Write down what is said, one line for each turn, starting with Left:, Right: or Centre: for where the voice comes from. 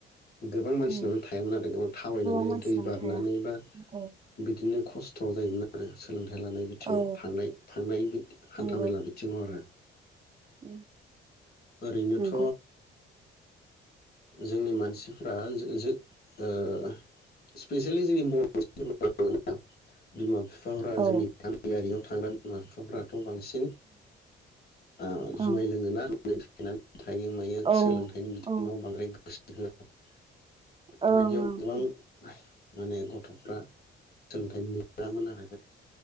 Left: गोबां मानसिनावनो
Right: उम
Left: थायामोन आरो गो थाबायनानै
Right: गोबां मानसिनावनो
Left: दै बारनानै
Right: थाया
Left: बा
Right: औ
Left: बिदिनो खस्थ' जायोमोन आरो सोलोंथायाइ लानाय बिथिङाव
Right: औ
Left: थांनाय थांनाय बि हान्थाामेला
Right: नंगौ
Left: बिथिङाव आरो
Right: उम
Left: ओरैनोथ'
Right: नंगौ
Left: जोंनि मानसिफ्रा जो-जो ओ ओ स्पेसियेलि जोंनि बर' <unintelligible> बिमा बिफा फोरा
Right: औ ओं
Left: जोंनि गामियारियाव थाग्रा बिमा बिफाफ्रा बांसिन ओ जुमाय
Right: ओं
Left: लोंयोना बे <unintelligible> थायो मायो
Right: औ
Left: सोलोंथाइनि बिथिङाव
Right: औ ओं
Left: बांद्राय गो गोसो होया बेफोरबादियाव
Right: ओं
Left: गोबां माने गथ'फ्रा सोलोंथाइ मोनामोन आरो